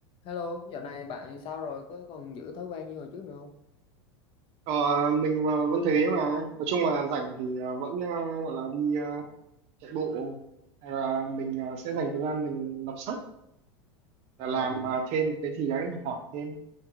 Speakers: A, on the left (about 40°); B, on the right (about 45°).
A: Hello, dạo này bạn sao rồi? Có còn giữ thói quen như hồi trước nữa không?
B: Ờ, mình ờ, vẫn thế mà nói chung là rảnh thì ờ, vẫn ờ, gọi là đi ờ, chạy bộ Hay là mình ờ, sẽ dành thời gian mình đọc sách và
A: Ờ,
B: làm ờ, thêm một cái gì đấy học hỏi thêm